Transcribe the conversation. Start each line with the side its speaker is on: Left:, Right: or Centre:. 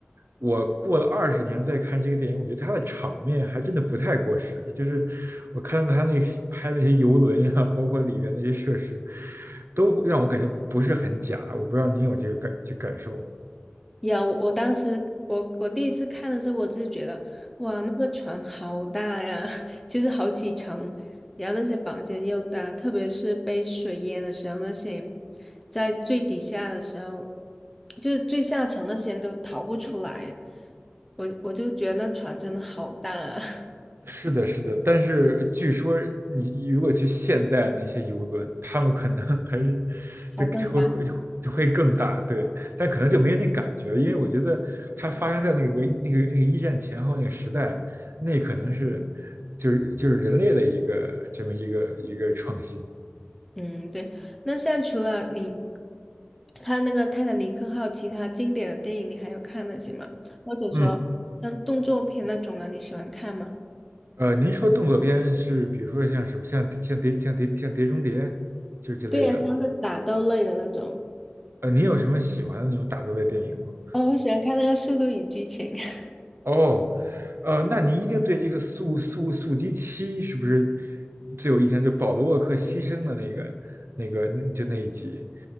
Right: 我过了二十年再看这个电影，我觉得他的场面还真的不太过时。就是我看到他那些拍那些游轮呀、包括里边那些设施，都让我感觉不是很假。我不知道你有这个感这感受吗？
Centre: 有，我当时我我第一次看的时候，我就觉得，哇，那个船好大呀，<laughs> 就是好几层，然后那些房间又大，特别是被水淹的时候，那些在最底下的时候，就是最下层那些人都逃不出来，我我就觉得那船真的好大啊，
Right: 是的，是的，但是据说你如果去现代那些游轮，他们可能 <laughs> 还是
Centre: <laughs>
Right: 就就会会就会就会更大，
Centre: 还更大。
Right: 对，但可能就没有那感觉了，因为我觉得它发生在那个那个那个一战前后那个时代，那可能是就是就是人类的一个这么一个一个创新。
Centre: 嗯，对。那像除了你看那个《泰坦尼克号》，其他经典的电影你还有看那些吗？或者说像动作片那种啊，
Right: 嗯，
Centre: 你喜欢看吗？
Right: 呃，您说动作片是比如说像什么像像碟像碟像碟中谍就这类的，
Centre: 对呀，像是打斗类的那种。
Right: 呃，您有什么喜欢的那种打斗类电影吗？
Centre: 哦，我喜欢看那个《速度与激情》。<laughs>
Right: 哦，呃，那您一定对这个速速速激七是不是最有印象？就保罗沃克牺牲的那个、那个、那就那一集，